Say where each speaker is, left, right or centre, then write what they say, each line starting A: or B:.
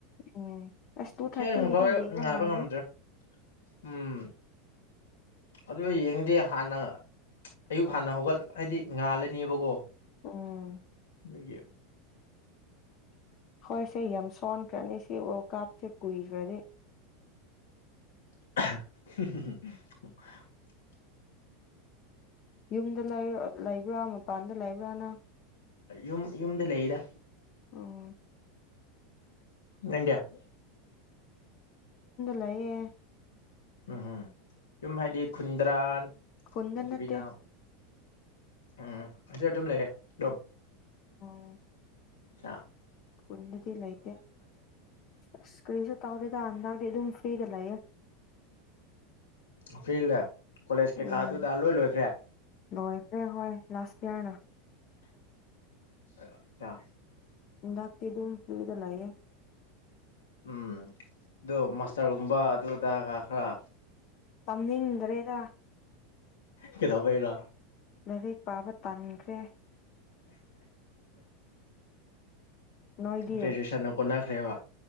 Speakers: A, on the left (about 45°); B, on the left (about 70°).
A: ꯎꯝ ꯑꯁ ꯇꯨ ꯊꯥꯔꯇꯤꯒꯤꯗꯤ
B: ꯍꯦꯡꯛ ꯐꯥꯎꯋꯦ
A: ꯌꯦꯡꯕ
B: ꯅꯨꯡꯉꯥꯏꯕ
A: ꯉꯝꯗꯦ
B: ꯉꯝꯗ꯭ꯔꯦ ꯎꯝ ꯑꯗꯨ ꯌꯦꯡꯗꯦ ꯍꯥꯟꯅ ꯑꯌꯨꯛ ꯍꯥꯟꯅ ꯍꯧꯒꯠ ꯍꯥꯏꯗꯤ ꯉꯍꯂꯦ ꯅꯕ ꯀꯣ
A: ꯎꯝ
B: ꯑꯩꯗꯒꯤ
A: ꯍꯣꯏ ꯁꯦ ꯌꯥꯝ ꯁꯣꯟꯈ꯭ꯔꯅꯤ ꯁꯤ ꯋꯥꯔꯜ ꯀꯞꯁꯦ ꯀꯨꯏꯈ꯭ꯔꯗꯤ
B: <unintelligible>
A: ꯌꯨꯝꯗ ꯂꯩꯕ꯭ꯔꯥ ꯃꯄꯥꯟꯗ ꯂꯩꯕ꯭ꯔꯥꯅ
B: ꯌꯨꯝ ꯌꯨꯝꯗ ꯂꯩꯔ
A: ꯑꯣꯝ
B: ꯅꯪꯗꯌꯥ
A: ꯂꯑꯌꯦꯦ
B: ꯎꯝꯝ ꯌꯨꯝ ꯍꯥꯏꯗꯤ ꯈꯨꯟꯗ꯭ꯔꯥꯟ
A: ꯈꯨꯟꯗ
B: ꯑꯗꯨꯕꯤꯅ
A: ꯅꯠꯇꯦ
B: ꯎꯝ ꯑꯁꯤ ꯑꯗꯨꯝ ꯂꯩꯌꯦ ꯑꯗꯨꯝ
A: ꯑꯣ
B: ꯑ
A: ꯈꯨꯨꯜꯗꯗꯤ ꯂꯩꯇꯦ ꯑꯁ ꯀꯔꯤꯁꯨ ꯇꯥꯎꯔꯦꯗ ꯍꯟꯗꯥꯡꯗꯤ ꯑꯗꯨꯝ ꯄꯤꯗ ꯂꯌꯦ
B: ꯑꯔꯤꯂ ꯀꯣꯂꯦꯖ ꯀꯩꯀꯥꯗꯨꯗ
A: ꯎꯝ
B: ꯂꯣꯏ ꯂꯣꯏꯈ꯭ꯔꯦ
A: ꯂꯣꯏꯈ꯭ꯔꯦ ꯍꯣꯏ ꯂꯥꯁ ꯏꯌꯥꯔꯅ
B: ꯑꯆꯥ
A: ꯥꯛꯇ ꯑꯗꯨꯝ ꯐꯗ ꯂꯌꯦꯦ
B: ꯎꯝ ꯑꯗꯨ ꯃꯁꯇꯔꯒꯨꯝꯕ ꯑꯗꯨ ꯑꯗꯥꯒ ꯈꯔ
A: ꯇꯝꯅꯤꯡꯗ꯭ꯔꯦꯗ
B: ꯀꯩꯗ ꯀꯩꯔ
A: ꯂꯥꯏꯔꯤꯛ ꯄꯥꯕ ꯇꯥꯟꯈ꯭ꯔꯦ ꯅꯣꯏꯗꯤ
B: ꯒ꯭ꯔꯦꯖꯨꯌꯦꯦꯁꯟ
A: ꯑ
B: ꯄꯨꯅ ꯐꯈ꯭ꯔꯦꯕ